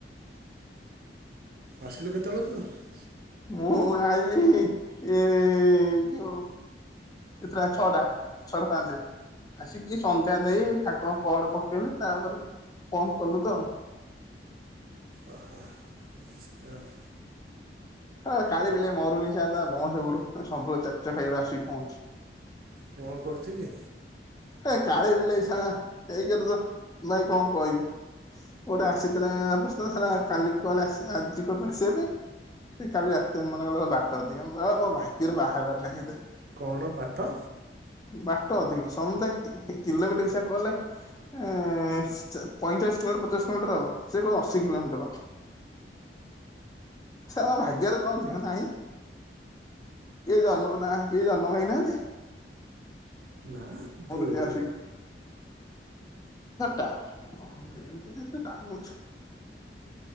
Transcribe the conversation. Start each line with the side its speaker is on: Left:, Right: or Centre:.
Right: ଆସିଲୁ କେତେବେଳେ ଆସିଲୁ?
Left: ମୁଁ ଆଇଲି ଏ ଯୋଉ ଏଥିଲା ଛଅଟା ଛଅଟା ପାଞ୍ଚ ରେ। ଆସିକି ସନ୍ଧ୍ୟା ଦେଇ ଠାକୁରଙ୍କ ପହଡ ପକେଇଲି ତାପରେ ଫୋନ କଲୁ ତ ଆଉ।
Right: ଓହୋ <unintelligible>
Left: ଏ କାଳି ବିଲେଇ ମରୁନି ସେ ଆଉ ତା ବଅଁସ ବୁଡୁ ସବୁବେଳେ ଚାଚ ଖାଇ ଭଳିଆ ଆସିକି ପହଁଞ୍ଚୁଛି।
Right: କଣ କରୁଚୁ କି?
Left: ଏ କାଳି ବିଲେଇ ସା ଏକେରେ ତ ଭାଇ କଣ କହିବି। କୋଟେ ଆସିଥିଲା ପ୍ରସ୍ତାବ ସା କାଲି କୁହାଗଲା ଆସି ଆଜିକ ଆସିବା ପାଇଁ। ସେ କାଲି ରା ମନେ କଲେ ବାଟ ଅଧିକା, ମୋ ଭାଗ୍ୟରୁ ବାହା ହେବାର ନାହିଁ ବୋଧେ।
Right: କଣ ବାଟ
Left: ବାଟ ଅଧିକା ସମୁଦାୟ କିଲୋମିଟର ହିସାବ କଲେ ଏ ପଇଁଚାଳିଶ କିଲୋମିଟର ପଚାଶ କିଲୋମିଟର ହବ ସେ କୋହୁଚନ୍ତି ଅଶି କିଲୋମିଟର। <unintelligible> ଭାଗ୍ୟରେ କଣ ଝିଅ ନାହିଁ, କିଏ ଜନ୍ମ ନା କେ ଜନ୍ମ ହେଇନାହାନ୍ତି,
Right: ନା ଦେଖ
Left: <unintelligible> <unintelligible> ଆ ସେ ଟା <unintelligible>